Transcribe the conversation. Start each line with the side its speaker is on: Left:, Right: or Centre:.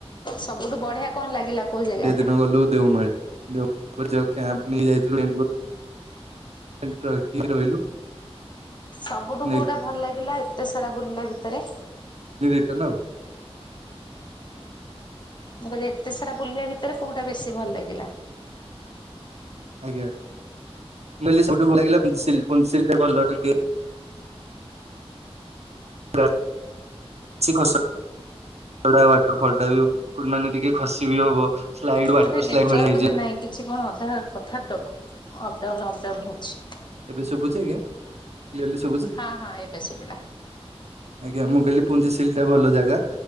Left: ସବୁଠୁ ବଢିଆ କଣ ଲାଗିଲା କୋଉ ଜାଗା?
Right: ତା ଦିନ ଗଲୁ ଦେଓମାଳି। ଦେଓମାଳି ରେ କ୍ୟାମ୍ପ ନେଇ ଯାଇଥିଲୁ <unintelligible> ରହିଲୁ।
Left: ସବୁଠୁ
Right: ନେକ୍ସଟ୍
Left: କୋଉଟା ଭଲ ଲାଗିଲା ଏତେ ସାରା ବୁଲିଲା ଭିତରେ?
Right: ରିଟନ ଆଉ।
Left: ମୁଁ କହିଲି ଏତେ ସାରା ବୁଲିବା ଭିତରେ କୋଉଟା ବେଶୀ ଭଲ ଲାଗିଲା?
Right: ଆଜ୍ଞା, ମୁଁ କହିଲି ସବୁଠୁ ଭଲ ଲାଗିଲା ପୁନସିଲି, ପୁନସିଲ ଟେ ଭଲ ଟିକେ <unintelligible> ଯୋଉଟା ୱାଟର ଫଲ ଟା ବି ମାନେ ଟିକେ ଖସି ବି ହବ। ସ୍ଲାଇଡ୍
Left: ଗୋଟେ
Right: ୱାଟର ସ୍ଲାଇଡ୍
Left: ନେଟୱାର୍
Right: ଭଳିଆ ହେଇଛି
Left: ବୋଧେ ନାହିଁ କିଛି କଣ ଅଧା କଥା ଅପଡାଉନ ଅପଡାଉନ ହଉଚି।
Right: ଏବେ ଶୁବୁଚି ଆଜ୍ଞା କ୍ଲିଅର୍ଲି ଶୁବୁଚି?
Left: ହଁ ହଁ ଏବେ ଶୁଭିଲା।
Right: ଆଜ୍ଞା ମୁଁ କହିଲି ପୁଞ୍ଜିସିଲ୍ ଟା ଭଲ ଜାଗା।